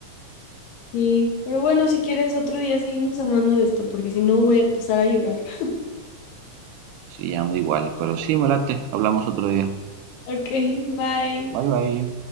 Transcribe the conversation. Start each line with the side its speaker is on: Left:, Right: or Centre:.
Left: Sí, pero bueno, si quieres otro día seguimos hablando de esto, porque si no voy a empezar a llorar. <laughs>
Right: Sí, ando igual, pero sí, me late. Hablamos otro día.
Left: Ok, bye.
Right: Bye, bye.